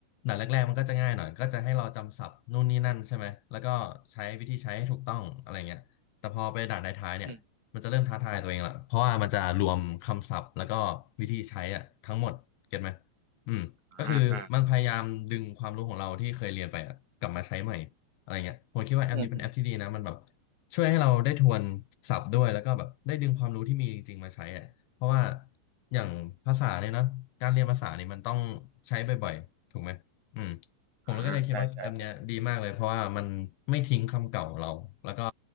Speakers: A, on the left (about 80°); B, on the right (about 45°).
A: ด่านงแรกๆมันก็จะง่ายหน่อยก็จะให้เราจำศัพท์นู่นนี่นั่นใช่ไหมแล้วก็ใช้วิธีใช้ให้ถูกต้องอะไรเงี้ยแต่พอไปด่านท้ายๆเนี่ยมันจะเริ่มท้าทายตัวเองละเพราะว่ามันจะรวมคำศัพท์แล้วก็วิธีใช้อะทั้งหมดเก็ตไหม
B: อืม
A: อืมก็คือมันพยายามดึงความรู้ของเราที่เคยเรียนไปอะกลับมาใช้ใหม่อะไรเงี้ยผมคิดว่าแอปนี้เป็นแอปที่ดีนะมันแบบ
B: อ่าเอ่าอืมอืม
A: ช่วยให้เราได้ทวนศัพท์ด้วยแล้วก็แบบได้ดึงความรู้ที่มีจริงๆมาใช้อะเพราะว่าอย่างภาษาเนี่ยเนอะการเรียนภาษานี่มันต้องใช้บ่อยๆถูกไหม อืมผมก็เลยคิดว่าแอปเนี้ยดีมากเลยเพราะว่ามันไม่ทิ้งคำเก่าเราแล้วก็
B: อ่าใช่ใช่ใช่